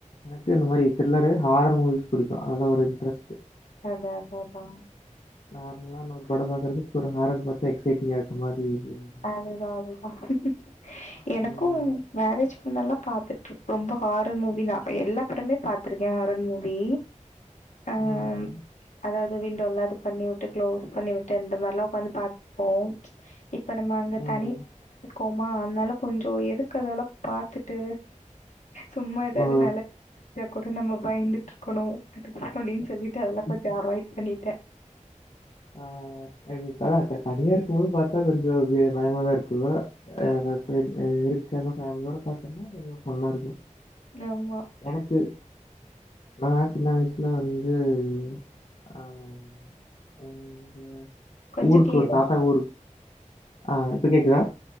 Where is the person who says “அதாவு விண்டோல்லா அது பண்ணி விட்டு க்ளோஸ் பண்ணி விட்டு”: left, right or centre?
Left